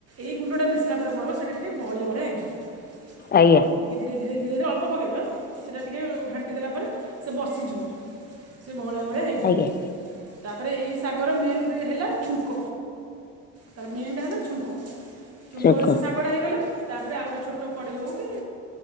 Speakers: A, on the right (about 55°); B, on the left (about 35°).
A: ଏଇ ଗୁଣ୍ଡଟା ମିଶିଲା ପରେ କଣ ହେବ ସେଇଟା ଟିକେ ଭଳିଆ ଭଳିଆ ହେଇଯିବ।
B: ଆଜ୍ଞା।
A: ଟିକିଏ ଧୀରେ ଧୀରେ ଧୀରେ ଧୀରେ ଅଳ୍ପ ପକାଇବା ସେଇଟା ଟିକିଏ ଘାଣ୍ଟି ଦେଲା ପରେ ସେ ବସିଯିବ। ସେ ଭଳିଆ ଭଳିଆ ହେଇଯିବ
B: ଆଜ୍ଞା
A: ତାପରେ ଏଇ ସାଗର ମେନ୍ ହେଲା ଛୁଙ୍କ। ତାର ମେନ୍ ଟା ହେଲା ଛୁଙ୍କ। ଛୁଙ୍କ
B: ଶୁଖ
A: ସେ କଡା ହେଇଗଲା। ତାପରେ ଆଉ ଗୋଟେ ଛୋଟ କଡ଼େଇ ହଉ କି